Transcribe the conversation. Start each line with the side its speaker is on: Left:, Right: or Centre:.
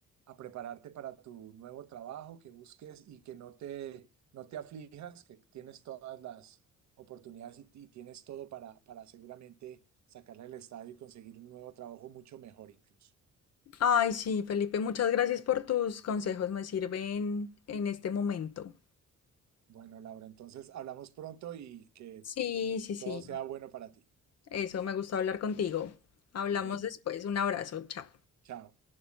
Right: a prepararte para tu nuevo trabajo, que busques y que no te, no te aflijas, que tienes todas las oportunidades y, ti- y tienes todo para, para seguramente sacarle el estadio y conseguir un nuevo trabajo mucho mejor incluso.
Left: Ay, sí, Felipe, muchas gracias por tus consejos, me sirven en este momento.
Right: Bueno, Laura, entonces hablamos pronto y que
Left: Sí, sí, sí,
Right: todo sea bueno para ti.
Left: eso, me gustó hablar contigo. Hablamos
Right: Igual,
Left: después, un abrazo, chao.
Right: chao.